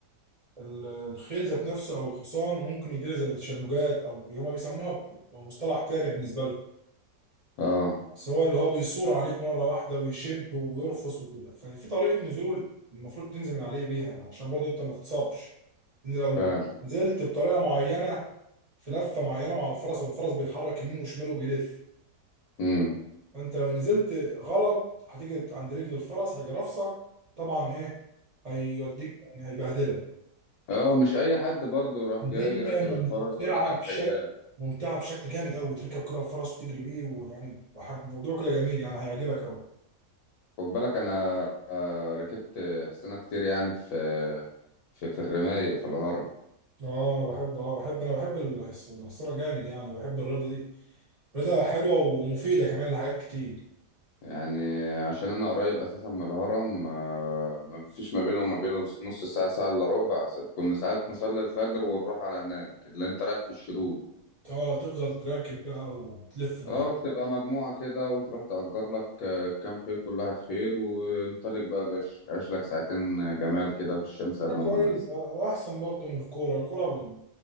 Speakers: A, on the right (about 65°); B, on the left (about 70°).
A: ال- الخيل ذات نفسه او الحصان ممكن يجري زي تشنجات او بي- هما بيسموها بمصطلح تاني بالنسبه لهم
B: اه
A: بس هو اللي هو بيصور عليك مره واحده ويشب ويرفس وكده ففي طريقه نزول المفروض تنزل من عليه بيها عشان برضه انت ما تتصابش ان لو
B: فعلا
A: نزلت بطريقه معينه في لفه معينه مع الفرس والفرس بيتحرك يمين وشمال وبيلف
B: امم
A: فانت لو نزلت غلط هتيجي عند رجل الفرس هيجي رافسك طبعا ايه هيوديك يعني هيبهدلك
B: اه مش اي حد برضه يروح
A: هي
B: جاي راكب
A: ممتعة
B: الفرس ويقول لك انا
A: بشكل
B: خيال
A: ممتعة بشكل جامد قوي تركب كده الفرس وتجري بيه ويعني وحاجة موضوع كده جميل يعني هيعجبك قوي
B: خد بالك انا آه، ركبت حصانة كتير يعني في في في الرماية في الهرم
A: اه انا بحب اه بحب انا بحب الحص- الحصانة جامد يعني بحب الرياضة دي رياضة حلوة ومفيدة كمان لحاجات كتير
B: يعني عشان انا قريب اساسا من الهرم آه، ما فيش ما بينه وما بينه نص ساعه ساعه الا ربع س- كنا ساعات نصلي الفجر ونروح على هناك اللي انت رايح في الشروق
A: اه تفضل تراكب بقى وتلف براحتك
B: اه بتبقى مجموعه كده وتروح تأجر لك آه، كام خيل كل واحد خيل وانطلق بقى يا باشا عيش لك ساعتين جمال كده في الشمس قبل
A: ده
B: ما
A: كويس
B: تطلع
A: اه واحسن برضه من الكورة الكورة ب...